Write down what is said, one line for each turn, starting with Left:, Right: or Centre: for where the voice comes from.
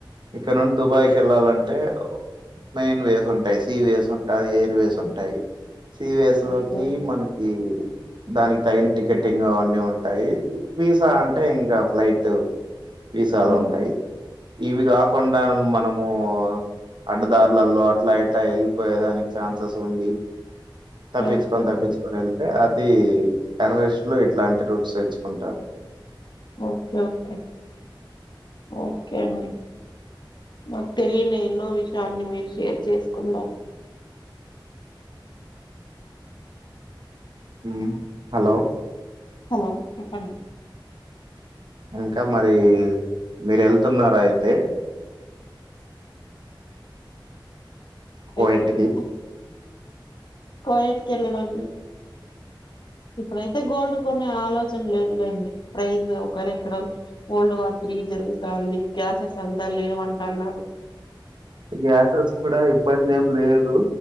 Right: ఇక్కడ నుండి దుబాయ్కి వెళ్ళాలంటే మెయిన్ వేస్ ఉంటాయి సీ వేస్ ఉంటాది, ఎయిర్ వేస్ ఉంటాయి. సివిఎస్ లోకి
Left: ఓకే
Right: మనకి దానికి తగిన టికెటింగ్ అవన్నీ ఉంటాయి. వీసా అంటే ఇంకా ఫ్లైట్ వీసాలు
Left: ఉమ్,
Right: ఉంటాయి. ఇవి కాకుండా మనము అడ్డదారులలో అట్లా, ఇట్లా వెళ్ళిపోయేదానికి ఛాన్సెస్ ఉంది. తప్పించుకొని
Left: ఓకే ఓకే
Right: తప్పించుకొని ఏళ్తే అ అది టెర్రరిస్ట్ లో ఇట్లాంటి రూట్స్ తెచ్చుకుంటారు.
Left: ఓకే ఓకే ఓకే అండి మాకు తెలియని ఎన్నో విషయాలని మీరు షేర్ చేసుకున్నారు.
Right: మ్ హలో
Left: హలో చెప్పండి?
Right: ఇంకా మరి మీరు వెళ్తున్నారా అయితే? కోయట్
Left: ఎక్కడికి
Right: కి
Left: అండి? కోయిట్కకెల్లడం. ఇప్పుడైతే గోల్డ్ కొనే ఆలోచన లేదులేండి. ప్రైజ్ ఒకవేళ ఇక్కడ గోల్డ్ వార్ ఫ్రీ జరుగుతంది గ్యాసెస్ అంతా లేవంట అన్నారు
Right: గ్యాసెస్ కూడా ఇబ్బంది ఏం లేదు